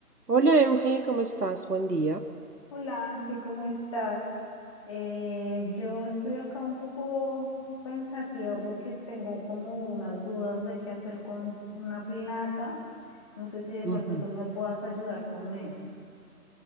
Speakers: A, on the right; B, on the left.
A: Hola Euge, ¿cómo estás? Buen día.
B: Hola Ángel, ¿cómo estás? Eh, yo estoy acá un poco pensativa porque tengo como unas dudas de qué hacer con una plata. No sé si de pronto
A: Ujú.
B: tú me puedas ayudar con eso.